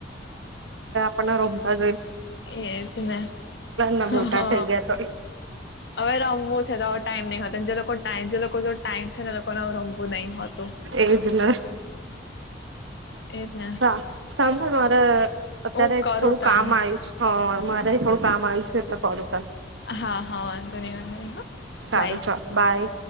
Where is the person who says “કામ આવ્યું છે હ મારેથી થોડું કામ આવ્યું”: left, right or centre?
Right